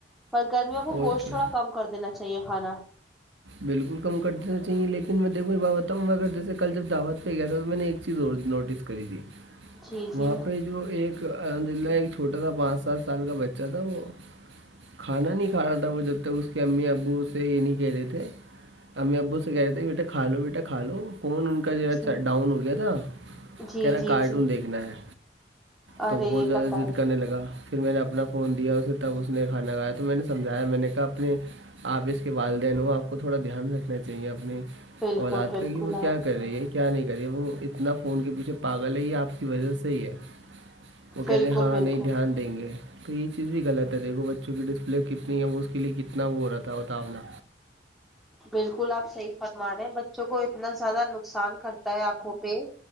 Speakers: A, in the centre; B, on the right.
A: پر گرمیوں کو
B: اور
A: گوشت
B: کیا
A: تھوڑا کم کر دینا چاہیے کھانا
B: بالکل کم کرتےنا چاہیے لیکن میں دیکھ بتاؤوں میں اگر جیسے کل ج دعو پہ گیا تو میں نے ایک چیز اور نوٹس کری تھی
A: جی
B: وہاں
A: جی
B: پہ جو ایک تو الحمد للہ ایک چھوٹا تھا پانچ سات سال کا بچہ تھا وہ کھانا نہیں ک رہا تھا وہ جب تک اس کے امی ابو اسے یہ نہیں کہہ رہے تھے امی ابو سے کہتے ہیں بیٹا کا لو بیٹا کھ لو فون ان کا
A: جی
B: جوا ڈاؤن ہو گیا تھا
A: جی
B: کہہا
A: جی
B: کارٹون
A: جی
B: دیکھنا ہے تو
A: ارے
B: بہت زیادہ
A: بتائیں
B: ضد کرنے لگا پھر میں نے اپنا فون دیا اسے تب اس نے کھانا کھایا تو میں نے سمجھایا میں نے کہا اپنے آپ اس کے والدین ہو آپ کو تھوڑا دھیان رکھنا چاہیے اپنی
A: بالکل
B: اولاد
A: بالکل
B: کا کہ وہ کیا
A: آپ
B: کر رہی ہے کیا نہیں کر رہی ہے وہ اتنا فون کے پیچھے پاگل ہے آپ کی وجہ صحی ہے وہ کہہتے
A: بالکل
B: ہیں ہاں
A: بالکل
B: نہیں دھیان دیں گے تو یہ چیز بھیغط ہے دیکھو بچوں کی ڈسپ مطلب کتنی ہے وہ اس کے لیے کتنا وہ ہو رہا تھا بتاؤنا
A: بالکل آپ صحیح فرما رہے ہیں بچوں کو اتنا زیادہ نقصان کرتا ہے آنکھوں پہ